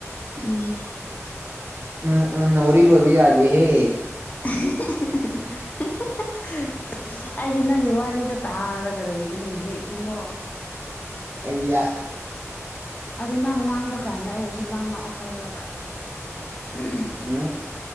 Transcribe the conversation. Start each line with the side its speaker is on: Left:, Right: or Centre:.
Left: ꯎꯝ
Right: ꯎꯝ ꯎꯝꯅ ꯋꯥꯔꯤ ꯂꯣꯏꯕ ꯌꯥꯗꯦꯍꯦ
Left: <unintelligible> ꯑꯩꯗꯤ ꯅꯪꯒꯤ ꯋꯥꯔꯤꯗꯣ ꯇꯥꯔ ꯒꯂꯩꯕꯅꯤꯅꯦꯍꯦ ꯏꯕꯨꯡꯉꯣ
Right: ꯑꯩꯌꯥ
Left: ꯑꯗꯨ ꯅꯪ ꯉꯥꯡꯕ ꯀꯥꯟꯗ ꯑꯩꯕꯨꯁꯨ ꯂꯥꯡꯉꯛꯑꯣ ꯍꯥꯏꯕ꯭ꯔꯕ <unintelligible>
Right: ꯎꯝ